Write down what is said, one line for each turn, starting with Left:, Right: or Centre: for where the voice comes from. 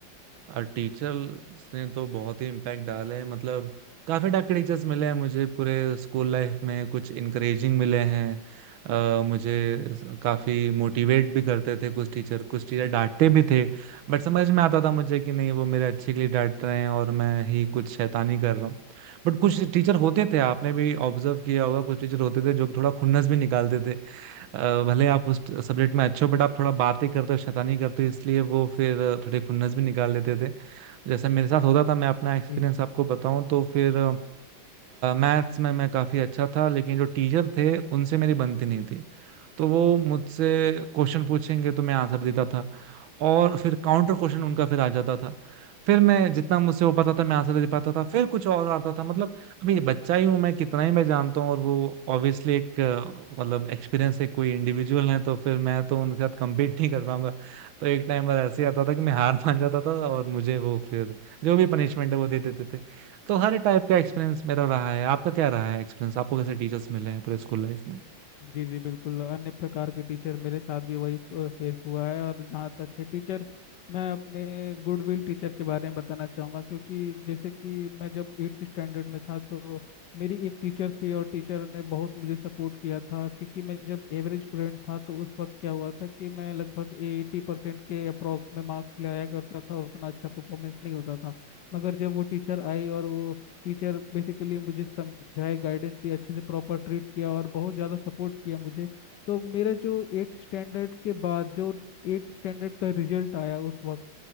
Right: और टीचर्स ने तो बहुत ही इम्पैक्ट डाला है मतलब काफी टाइप के टीचर्स मिले हैं मुझे पूरे स्कूल लाइफ में कुछ इनकरेजिंग मिले हैं अ, मुझे स- काफी मोटिवेट भी करते थे कुछ टीचर कुछ टीचर डांटते भी थे बट समझ में आता था मुझे कि नहीं वो मेरे अच्छे के लिए डांट रहे हैं और मैं ही कुछ शैतानी कर रहा हूँ बट कुछ टीचर होते थे आपने भी ऑब्जर्व किया होगा कुछ टीचर होते थे जो थोड़ा खुन्नस भी निकालते थे अ, भले आप उस सब्जेक्ट में अच्छे हो बट आप थोड़ा बातें करते हो शैतानी करते हो इसलिए वो फिर थोड़े खुन्नस भी निकाल लेते थे जैसे मेरे साथ होता था मैं अपना एक्सपीरियंस
Left: जी जी
Right: आपको बताऊं तो फिर मैथ्स में मैं काफ़ी अच्छा था लेकिन जो टीचर थे उनसे मेरी बनती नहीं थी तो वो मुझसे क्वेश्चन पूछेंगे तो मैं आंसर देता था और फिर काउंटर क्वेश्चन उनका फिर आ जाता था फिर मैं जितना मुझसे हो पाता था मैं आंसर दे पाता था फिर कुछ और आता था मतलब अभी ये बच्चा ही हूं मैं कितना ही मैं जानता हूँ और वो ऑब्वियसली एक अ, मतलब एक्सपीरियंस है कोई इंडिविजुअल है तो फिर मैं तो उनके साथ कम्पीट नहीं कर पाऊंगा तो एक टाइम पर ऐसे ही आता था कि मैं हार मान जाता था और मुझे वो फिर जो भी पनिशमेंट है वो दे देते थे तो हर टाइप का एक्सपीरियंस मेरा रहा है आपका क्या रहा है एक्सपीरियंस आपको कैसे टीचर्स मिले हैं पूरे स्कूल लाइफ
Left: जी जी बिल्कुल अन्य प्रकार के टीचर मेरे साथ भी वही फेस हुआ है और जहाँ तक है टीचर्स मैं अपने गुडविल टीचर के बारे में बताना चाहूँगा क्योंकि जैसे कि मैं जब एट्थ स्टैंडर्ड में था तो मेरी एक टीचर थी और टीचर ने बहुत मुझे सपोर्ट किया था क्योंकि मैं जब एवरेज स्टूडेंट था तो उस वक्त क्या हुआ था कि मैं लगभग एटी परसेंट के अप्रॉक्स में मार्क्स लाया करता था उतना अच्छा परफॉर्मेंस नहीं होता था मगर जब वो टीचर आई और वो टीचर बेसिकली मुझे समझाए गाइडेंस दी अच्छे से प्रॉपर ट्रीट किया और बहुत ज़्यादा सपोर्ट किया मुझे तो मेरा जो एट्थ स्टैंडर्ड के बाद जो एट्थ स्टैंडर्ड का रिजल्ट आया उस वक्त